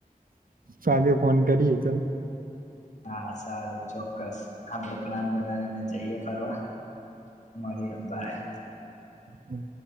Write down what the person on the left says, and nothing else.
હા સારું ચો ક્કસ આપડે પ્લાન બનાવીને જઈએ ફરવા. મારી અબ્બાઈ.